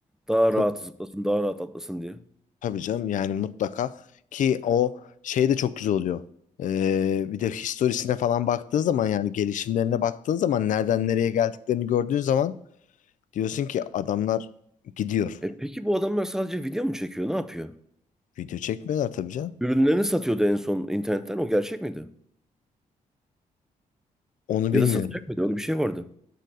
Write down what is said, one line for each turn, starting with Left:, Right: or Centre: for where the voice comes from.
Centre: Daha
Left: Çok
Centre: rahat zıplasın, daha rahat atlasın diye.
Left: Tabii canım yani mutlaka ki o şey de çok güzel oluyor. Ee, bir de historisine falan baktığın zaman yani gelişimlerine baktığın zaman nereden nereye geldiklerini gördüğün zaman diyorsun ki adamlar gidiyor.
Centre: E peki bu adamlar sadece video mu çekiyor? Ne yapıyor?
Left: Video çekmiyorlar tabii canım.
Centre: Ürünlerini satıyordu en son internetten. O gerçek miydi?
Left: Onu
Centre: Ya
Left: bilmiyorum.
Centre: da satacak mıydı? Öyle bir şey vardı.